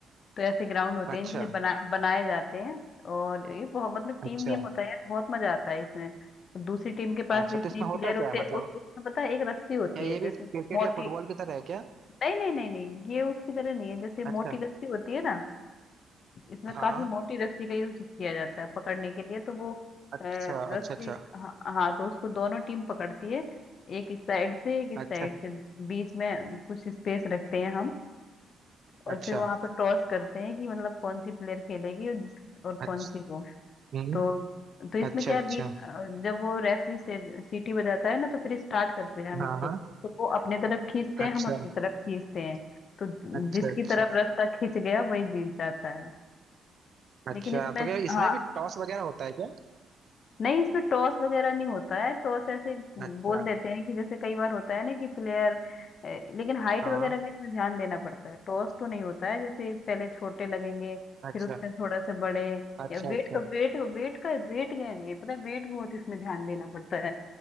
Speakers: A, on the left (about 55°); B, on the right (about 55°).
A: तो ऐसे ग्राउंड होते
B: अच्छा
A: हैं इनके लिए बना बनाए जाते हैं और ये बहुत मतलब
B: अच्छा
A: टीम गेम होता है यार बहुत मजा आता है इसमें दूसरी टीम के पास
B: अच्छा
A: भी इतने
B: तो इसमें होता
A: प्लेयर
B: क्या
A: होते
B: है
A: हैं
B: मतलब
A: उ- उसमें पता है एक रस्सी होती
B: क्या ये
A: है
B: भी
A: जैसे
B: क्रिकेट
A: मोटी
B: या फुटबॉल की तरह है क्या
A: नहीं नहीं नहीं नहीं ये उसकी तरह नहीं है जैसे
B: अच्छा
A: मोटी रस्सी होती है ना इसमें
B: हाँ
A: काफी मोटी रस्सी का यूज किया जाता है पकड़ने के लिए तो वो
B: अच्छा
A: अ, रस्सी
B: अच्छा अच्छा
A: हाँ, हाँ तो उसको दोनों टीम पकड़ती है एक इस साइड से एक इस
B: अच्छा
A: साइड से बीच में कुछ स्पेस रखते हैं हम और
B: अच्छा
A: फिर वहां पर टॉस करते हैं कि मतलब कौन सी प्लेयर खेलेगी और जिस और
B: अच्छा
A: कौन सी वो
B: हम्म
A: तो तो इसमें
B: अच्छा
A: क्या
B: अच्छा
A: है, बीच अ, जब वो रेफरी से सीटी बजाता है ना तो फिर स्टार्ट करते हैं हम
B: हाँ
A: इसको
B: हाँ
A: तो वो अपने तरफ खींचते हैं
B: अच्छा
A: हम अपनी तरफ खींचते हैं तो
B: अच्छा
A: जिसकी
B: अच्छा
A: तरफ रास्ता खींच गया वही जीत जाता है
B: अच्छा
A: लेकिन इसमें
B: तो क्या
A: हाँ
B: इसमें भी टॉस वगैरह होता है क्या
A: नहीं इसमें टॉस वगैरह नहीं होता है टॉस ऐसे
B: अच्छा
A: बोल देते हैं कि जैसे कई बार होता है ना कि प्लेयर लेकिन हाइट
B: हाँ
A: वगैरह का इसमें ध्यान देना पड़ता है टॉस तो नहीं होता है जैसे पहले छोटे लगेंगे
B: अच्छा
A: फिर उससे थोड़ा से बड़े
B: अच्छा
A: या वेट
B: अच्छा
A: का वेट वेट का वेट गेन है पता है वेट बहुत इसमें ध्यान देना पड़ता है